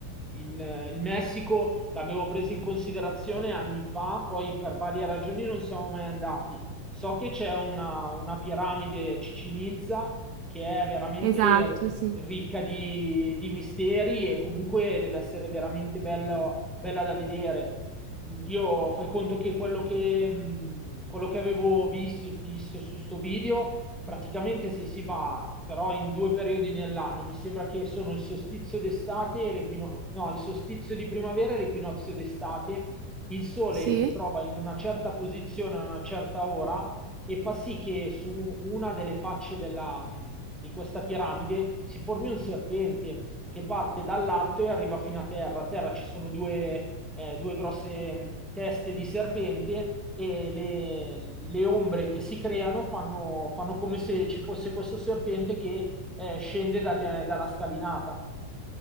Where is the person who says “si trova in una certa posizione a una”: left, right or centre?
Centre